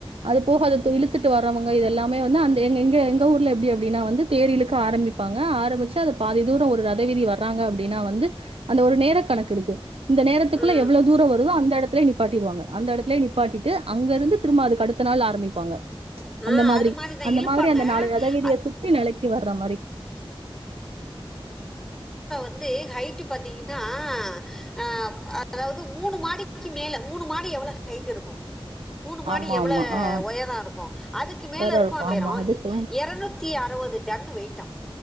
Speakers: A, on the right; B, in the centre.
A: அது போக அது அதது இழுத்துட்டு வரவங்க இதெல்லாமே வந்து அந்த எங்க எங்க எங்க ஊர்ல எப்பிடி அப்பிடின்னா வந்து தேர் இழுக்க ஆரமிப்பாங்க ஆரம்பிச்சி அது பாதி தூரோ ஒரு ரதவீதிவர்றாங்க அப் ப்பிடின்னா வந்து அந்த ஒரு நேர கணக்குயிருக்கு இந்த நேரத்துகுள்ள
B: ம்
A: எவ்ளோ தூரோ வருதோ அந்த எடத்துலயே நிப் - ப்பாட்டிருவாங்க அந்த எடத்துலயே நிப்பாட்டிட்டு அங்க இருந்து திரும்ப அதுக்கடுத் த்த நாள் ஆரமிப்பாங்க
B: ஆ
A: அந்த மாதிரி
B: அது மாரிதான்
A: அந்த
B: இழுப்பாங்க
A: மாரி அந்த நாலு ரதவீதிய சுத்தி நெலை த்திவர்ற மாரி
B: ந்து ஹைட்டு பாத்தீங்கன்னா ஆ அதாவது மூணு மாடிக்கு மேல மூணு மாடி எவ்வளவு ஹைட் இருக்கு மூணு மாடி
A: ஆமா
B: எவ்ள
A: ஆமா ஆ
B: ஒயரோ இருக்கோ அதுக்கு மேலயிருக்கோ
A: வேற இருக்கும்
B: அந்த
A: ஆமா
B: ஒயரோ
A: அதுக்கு
B: எரநூத்தி அறுவதுடன்னு வெயிட்டா